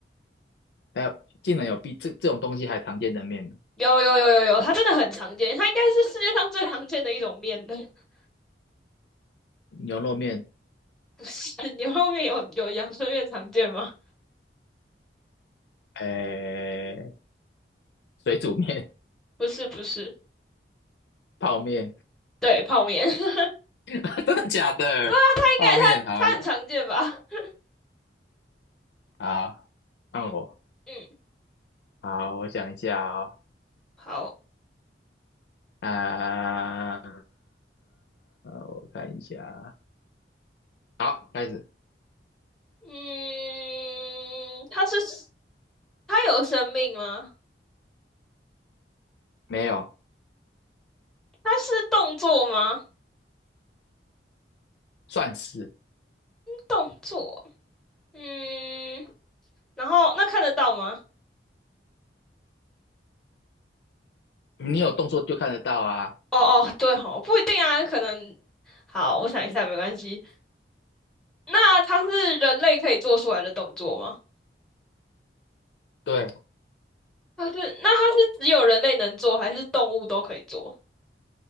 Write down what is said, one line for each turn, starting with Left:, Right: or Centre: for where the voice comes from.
Left: 哎、竟然有比这这种东西还常见的面呢？
Centre: 有有有有有，它真的很常见，它应该是世界上最常见的一种面了。<laughs>
Left: 牛肉面，
Centre: 不是牛肉面有有阳春面常见吗？
Left: 诶，水煮面，
Centre: 不是不是，
Left: <laughs> 泡面，
Centre: 对，泡面。<laughs> 对
Left: <laughs> 真的假的？
Centre: 啊，它应该它它很常见吧？
Left: 泡面，好有，
Centre: <laughs>
Left: 好，换我，
Centre: 嗯，
Left: 好，我想一下哦。
Centre: 好，
Left: 啊、我看一下，好，开始。
Centre: 嗯，它是它有生命吗？
Left: 没有，
Centre: 它是动作吗？
Left: 算是
Centre: 动作，嗯，然后那看得到吗？
Left: 你有动作就看得到啊。
Centre: 哦哦，对哦，不一定啊，可能。好，我想一下，没关系。那它是人类可以做出来的动作吗？
Left: 对，
Centre: 它是，那它是只有人类能做，还是动物都可以做？